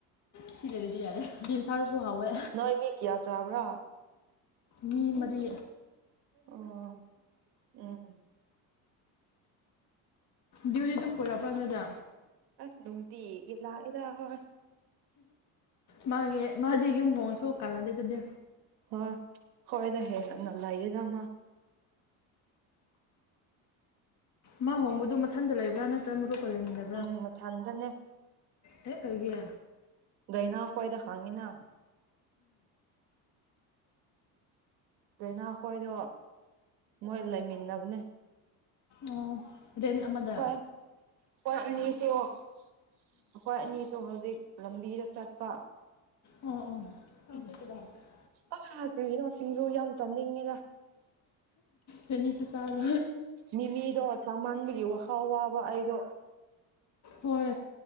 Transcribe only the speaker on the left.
ꯁꯤꯗ ꯑꯗꯨꯗꯤ ꯌꯥꯔꯦ ꯟꯁꯥꯗꯁꯨ ꯍꯥꯎꯋꯦ
ꯃꯤ ꯃꯔꯤ
ꯗꯨꯗꯤ ꯑꯗꯨꯝ ꯄꯨꯔꯛꯑꯕ꯭ꯔꯥ ꯅꯣꯏꯗꯥ
ꯃꯥꯒꯤ ꯃꯥꯗꯤ ꯌꯨꯝ ꯍꯣꯡꯁꯨ ꯀꯥꯟꯅꯗꯦ ꯑꯗꯨꯗꯤ
ꯃꯥ ꯍꯣꯡꯕꯗꯨ ꯃꯊꯟꯗ ꯂꯩꯕ꯭ꯔꯥ ꯅꯠꯇ꯭ꯔꯒ ꯃꯔꯨꯞꯀ ꯂꯩꯅꯤꯡꯕ꯭ꯔꯥ
ꯍꯦ ꯀꯩꯒꯤ
ꯑꯣ ꯔꯦꯟ ꯑꯃꯗ
ꯑꯣ ꯑꯣ <unintelligible>
ꯅꯣꯏ ꯅꯤ ꯁꯨ ꯆꯥꯔꯣ
ꯍꯣꯏ